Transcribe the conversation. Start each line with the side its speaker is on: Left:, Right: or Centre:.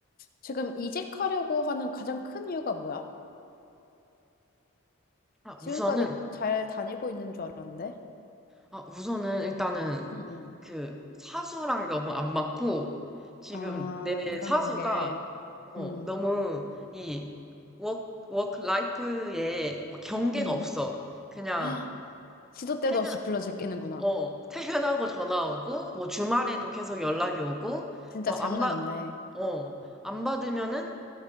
Left: 지금 이직하려고 하는 가장 큰 이유가 뭐야?
Centre: 아,
Left: 지금까지
Centre: 우선은
Left: 잘 다니고 있는 줄 알았는데?
Centre: 아, 우선은 일단은
Left: 응, 응.
Centre: 그 사수랑 너무 안 맞고 지금
Left: 아,
Centre: 내
Left: 인간관계.
Centre: 사수가 어,
Left: 응,
Centre: 너무 이 워크, 워크 라이프에 경계가
Left: 응.
Centre: 없어. 그냥
Left: <gasps> 아, 시도 때도
Centre: 퇴근,
Left: 없이 불러 제끼는구나.
Centre: 어, 퇴근하고 전화 오고 뭐 주말에도 계속 연락이 오고
Left: 진짜
Centre: 뭐
Left: 장난
Centre: 안 받,
Left: 없네.
Centre: 어, 안 받으면은